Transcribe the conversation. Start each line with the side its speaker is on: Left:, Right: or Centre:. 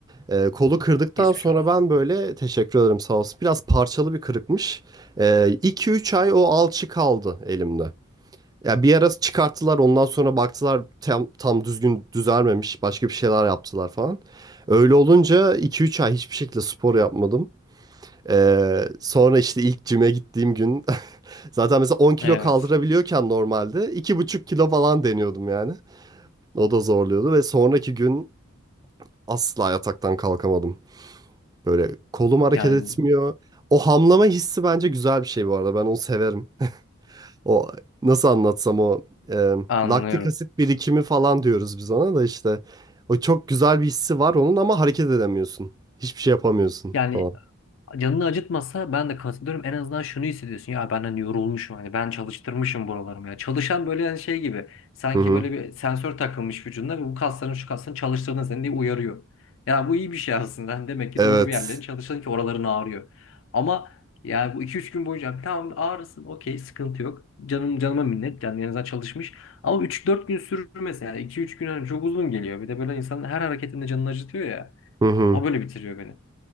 Right: E, kolu kırdıktan
Left: geçmiş
Right: sonra
Left: olsun.
Right: ben böyle teşekkür ederim sağ olsun. Biraz parçalı bir kırıkmış. E, 2-3 ay o alçı kaldı elimde. Ya bir ara çıkarttılar ondan sonra baktılar tam, tam düzgün düzelmemiş başka bir şeyler yaptılar falan. Öyle olunca iki üç ay hiçbir şekilde spor yapmadım. Ee, sonra işte ilk cime gittiğim gün <laughs> zaten mesela on kilo
Left: Evet.
Right: kaldırabiliyorken normalde iki buçuk kilo falan deniyordum yani. O da zorluyordu ve sonraki gün asla yataktan kalkamadım. Böyle kolum hareket
Left: Yani
Right: etmiyor. O hamlama hissi bence güzel bir şey bu arada ben onu severim. O nasıl anlatsam o e,
Left: anlıyorum.
Right: laktik asit birikimi falan diyoruz biz ona da işte. O çok güzel bir hissi var onun ama hareket edemiyorsun. Hiçbir şey yapamıyorsun
Left: Yani
Right: falan.
Left: Canını acıtmasa ben de katılıyorum. En azından şunu hissediyorsun. Ya ben hani yorulmuşum. Hani ben çalıştırmışım buralarımı ya. Çalışan böyle hani şey gibi. Sanki
Right: Hı hı.
Left: böyle bir sensör takılmış vücuduna ve bu kasların şu kasların çalıştığını seni diye uyarıyor. Ya bu iyi bir şey aslında. Hani demek ki
Right: Evet.
Left: doğru bir yerlerin çalıştığın ki oraların ağrıyor. Ama yani bu iki üç gün boyunca tamam ağrısın okey sıkıntı yok. Canım canıma minnet. Yani en azından çalışmış. Ama üç dört gün sürmesin. Yani iki üç gün hani çok uzun geliyor. Bir de böyle insanın her hareketinde canını acıtıyor ya.
Right: Hı hı.
Left: O böyle bitiriyor beni.